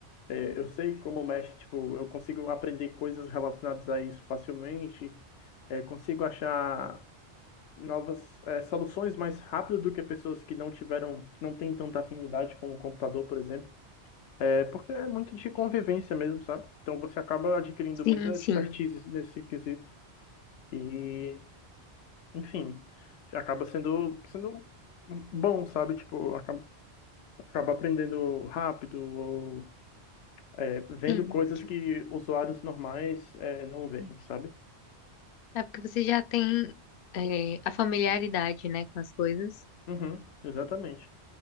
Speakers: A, on the left; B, on the left.
A: É, eu sei como mexe, tipo, eu consigo aprender coisas relacionadas a isso facilmente. É, consigo achar novas eh, soluções mais rápido do que pessoas que não tiveram, que não têm tanta afinidade com o computador, por exemplo. É porque é muito de convivência mesmo, sabe? Então você acaba adquirindo
B: Sim,
A: muita
B: sim.
A: expertise nesse quesito e, enfim, acaba sendo sendo bom, sabe? Tipo, acaba, acaba aprendendo rápido ou eh, vendo
B: Sim.
A: coisas que usuários normais eh, não veem, sabe?
B: É porque você já tem é, a familiaridade, né, com as coisas.
A: Uhum, exatamente.